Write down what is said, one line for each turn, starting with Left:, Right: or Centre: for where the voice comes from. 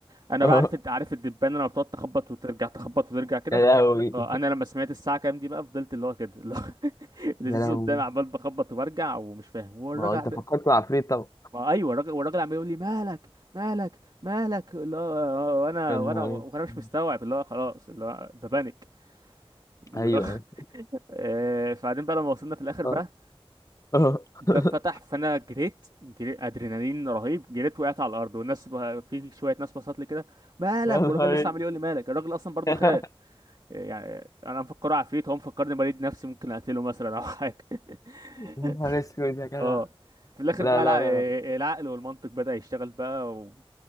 Right: انا
Left: اه
Right: بقى عارف الد- عارف الدبانه لما بتقعد تخبط وترجع تخبط وترجع كده
Left: يا لهوي
Right: اه انا لما سمعت الساعه كام دي بقى فضلت اللي هو كده اللي هو <laughs> الازاز
Left: يا لهوي
Right: قدامي عمال بخبط وبرجع ومش فاهم هو الراجل
Left: ما هو انت
Right: عم...
Left: فكرت في العفريت طبعا
Right: ما ايوه الراجل والراجل عمال يقول لي مالك مالك مالك اللي هو وانا
Left: يا نهار
Right: وانا وانا
Left: أسود.
Right: مش مستوعب اللي هو خلاص اللي هو ببانك اللي
Left: ايوه
Right: هو <laughs>
Left: ايوه
Right: آه، فبعدين بقى لما وصلنا في الاخر بقى
Left: اه اه <laughs>
Right: الباب فتح فانا جريت جريت ادرينالين رهيب جريت وقعت على الارض والناس ب- في شويه ناس بصت لي كده مالك
Left: يا نهار
Right: والراجل لسه
Left: أسود.
Right: عمال يقول لي مالك الراجل اصلا برضو
Left: <laughs>
Right: خاف يعني انا مفكره عفريت هو مفكرني بريد نفسي ممكن اقتله مثلا او حاجه
Left: يا
Right: <laughs>
Left: نهار اسود يا جدع
Right: اه في الاخر
Left: لا
Right: بقى
Left: لا
Right: الع-
Left: لا
Right: العقل والمنطق بدأ يشتغل بقى و...